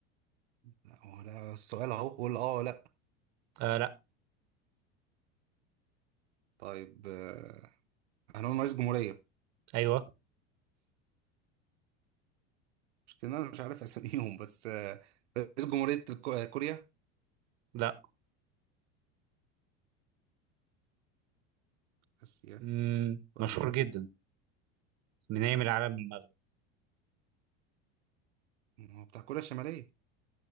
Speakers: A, on the right; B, on the right.
A: لا هو ده السؤال أهو قول أه ولا لأ
B: آه لا
A: طيب آه، هنقول رئيس جمهورية
B: ايوه
A: مش كده أنا مش عارف أساميهم بس آه، رئيس جمهورية الكو- آه، كوريا
B: لا
A: آسيا
B: امم
A: وأجنبي
B: مشهور جدا من ايام العالم من المغرب
A: مم، هو بتاع كوريا الشمالية